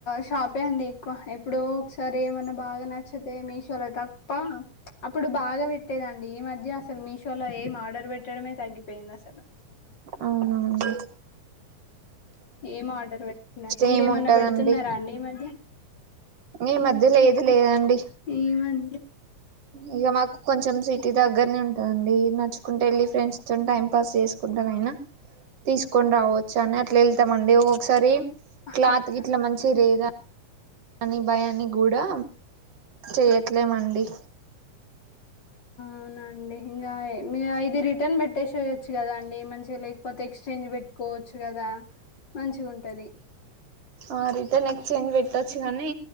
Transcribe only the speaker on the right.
అవును అవును
ఏమి
ఉంటదండి
ఈ మధ్య లేదు లేదండి
ఇగ మాకు కొంచెం సిటీ దగ్గరనే ఉంటదండి. నడుచుకుంటు వెళ్ళి ఫ్రెండ్స్ తోని టైం పాస్ చేసుకుంటనైనా తీసుకొని రావచ్చు అని అట్ ట్లే వెళ్తమండి ఒకొకసారి
క్లాత్
గిట్లా మంచిగరేదా కాని భయాన్ని గూడా చేయట్లేమండి
ఆ రిటన్ ఎక్స్ట్ చేంజ్ పెట్ ట్టొచ్చునని కానీ